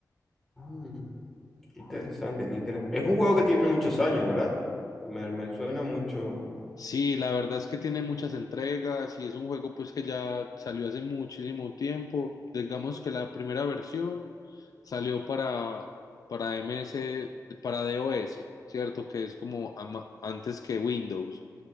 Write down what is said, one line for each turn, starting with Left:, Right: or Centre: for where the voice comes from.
Centre: Mm, qué interesante, qué interesante. Es un juego que tiene muchos años, ¿verdad? Me, me suena mucho.
Left: Sí, la verdad es que tiene muchas entregas y es un juego pues que ya salió hace muchísimo tiempo. Digamos que la primera versión salió para, para m s para DOS, ¿cierto? Que es como ama- antes que Windows.